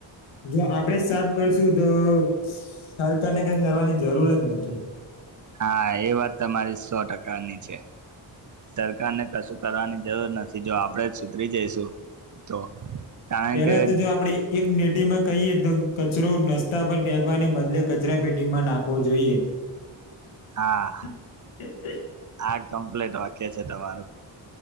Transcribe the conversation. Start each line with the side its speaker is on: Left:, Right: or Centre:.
Left: જો આપડે જ સાફ કરશું તો સરકારને કઈ કરવાની જરૂર જ નથી.
Right: હા એ વાત તમારી સો ટકાની છે. સરકાર ને કશું કરવાની જરૂર નથી જો આપડણે જ સુધરી જઈશું. તો કારણ
Left: એનાથી
Right: કે
Left: જો આપડી એક નેટીમાં કહીએ તો કચરો નાસ્તા પર ફેંકવાને બદલે કચરા પેટીમાં નાખવો જોઈએ.
Right: હા.
Left: <inaudible>
Right: આ કમ્પ્લેટ વાક્ય છે તમારું.